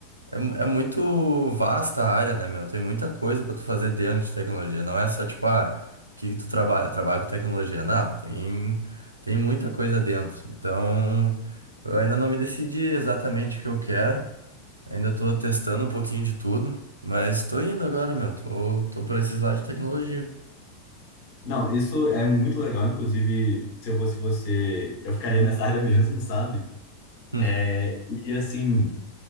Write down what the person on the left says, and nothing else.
Não, isso é muito legal, inclusive, se eu fosse você, eu ficaria <laughs> nessa área mesmo, sabe?
É, e assim.